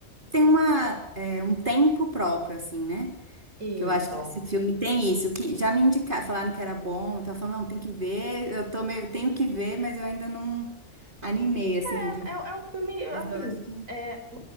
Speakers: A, on the right; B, on the right.
A: tem uma, é, um tempo próprio, assim, né?
B: Isso.
A: Que eu acho que esse filme tem isso, que já me indicaram, falaram que era bom, eu falando, não, tem que ver, eu tô meio, tenho que ver, mas eu ainda não animei, assim,
B: É,
A: de ver.
B: é é um filme, assim,
A: Mas eu acho que...
B: é,